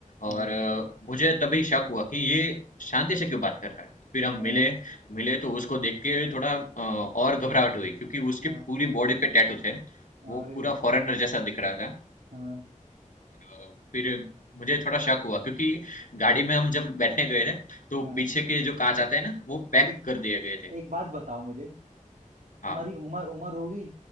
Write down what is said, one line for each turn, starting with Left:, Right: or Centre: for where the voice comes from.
Right: हाँ
Left: और अ, मुझे तभी शक हुआ कि ये शांति से क्यों बात कर रहा है। फिर हम
Right: हाँ
Left: मिले, मिले
Right: हम्म,
Left: तो उसको देख के थोड़ा अ, और घबराहट हुई क्योंकि उसकी
Right: हाँ
Left: पूरी बॉडी पे टैटू थे। वो
Right: अरे
Left: पूरा
Right: बाप
Left: फॉरेनर
Right: रे
Left: जैसा दिख रहा था।
Right: हाँ
Left: अ, फिर मुझे थोड़ा शक हुआ क्योंकि गाड़ी में हम जब बैठने गए थे तो
Right: हाँ
Left: पीछे के जो कांच आते हैं ना वो पैक
Right: एक
Left: कर दिए गए थे।
Right: एक बात बताओ मुझे
Left: हाँ,
Right: तुम्हारी उम्र उम्र होगी